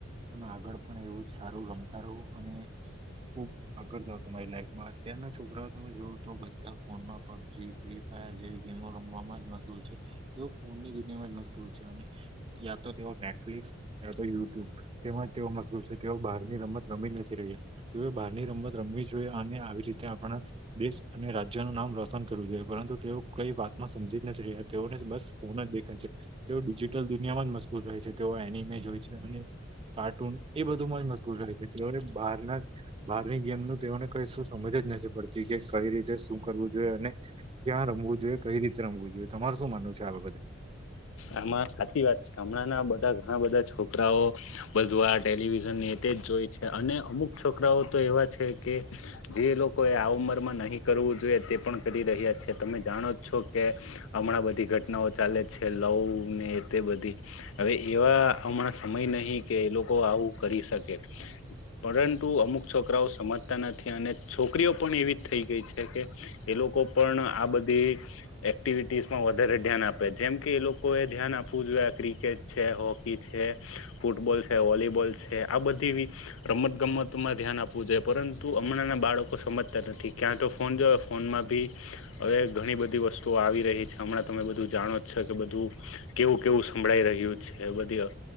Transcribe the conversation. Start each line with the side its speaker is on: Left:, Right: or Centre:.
Right: તમે આગળ પણ એવું જ સારું રમતા રહો અને ખુબ આગળ જાવ તમારી લાઈફમાં અત્યરના છોકરાઓ તમે જોવઓ તો બધા ફોનમાં પબજી ફ્રી ફાયર જેવી ગેમો રમવામાં જ મુશગુલ છે તે ફોનની દુનિયામાં જ મુશકુલ છે અને યા તો તેઓ નેટફ્લિકસ તો યુટ્યુબ તેજ તેઓ મજબૂર છે તેઓ બહારની રમત રમી નથી રહ્યા તેઓ ની રમત રમવી જોઈએ અને આવી આપણા દેશ અને રાજ્યનું નામ રોશન કરવું જોઈએ પરંતુ તેઓ કઈ વાતમાં સમજી જ નથી રહ્યા તેઓ બસ ફોન જ દેખાય છે તેઓ ડિજિટલ દુનિયામાં મજબૂર હો છે તેઓ એનિમેજ હોય છે અને કાર્ટૂન એ બધું માં જ મશગુલ રહે છે તેઓને બહારના બહારની ગેમનું તેઓને કઈ શું સમજ નથી પડતી કે કઈ રીતે શું કરવું જોઈએ અને ક્યાં રમવું જોઈએ કઈ રીતે રમવું જોઈએ તમાર શું <unintelligible>
Left: આમાં સાચી વાત છે હમણાંના બધા ઘણા બધા છોકરાઓ બધું આ ટેલિવિઝન ની તે જ જોઈ છે અને અમુક છોકરાઓ તો એવા છે કે જે લોકો એ આ ઉંમર માં નહી કરવું જોઈએ તે પણ કરી રહ્યા છે તમે જાણો છો કે હમણાં બધી ઘટનાઓ ચાલે છે લવ ને તે બધી હવે એવા હમણાં સમય નહિ કે એ લોકો આવું કરી શકે. પરંતુ અમુક છોકરાઓ સમજતા નથી અને છોકરીઓ પણ એવી જ થઈ ગઈ છે કે એ લોકો પણ આ બધી એક્ટિવિટીસ માં વધારે ધ્યાન આપે જેમ કે એ લોકો એ ધ્યાન આપવું જોઈએ. ક્રિકેટ છે, હોકી છે, ફૂટબોલ છે, વોલીબોલ છે આ બધી રમત ગમતમાં ધ્યાન આપવું જોઈ. પરંતુ હમણાં ના બાળકો સમજતા નથી ક્યાં તો ફોન જો ફોનમાં ભી હવે ઘણી બધી વસ્તુઓ આવી રહી છે હમણાં તમે બધું જાણો કે બધું કેવું કેવું સંભળાઈ રહ્યું છે. બધી